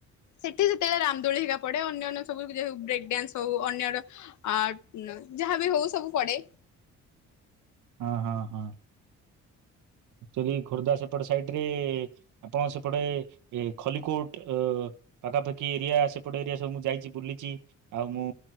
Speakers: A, on the left; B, on the right.
A: ସେଠି ଯେତେବେଳେ ରାମଦୋଳି ହେଇିକା ପଡେ ଅନ୍ୟାନ୍ୟ ସବୁ ବ୍ରେକ୍ ଡ୍ୟାନ୍ସ ହଉ ଅନ୍ୟର ଆ ଯାହାବି ହଉ ସବୁ ପଡେ।
B: ହଁ ହଁ ହଁ। ଏକ୍ଚୁଆଲି ଖୋର୍ଦ୍ଧା ସେପଟେ ସାଇଡ଼ରେ ଆପଣ ସେପଟେ ଏ ଖଲିକୋଟ ପାଖାପାଖି ଏରିଆ ସେପଟେ ଏରିଆ ସବୁ ମୁଁ ଯାଇଚି ବୁଲିଚି। ଆଉ ମୁଁ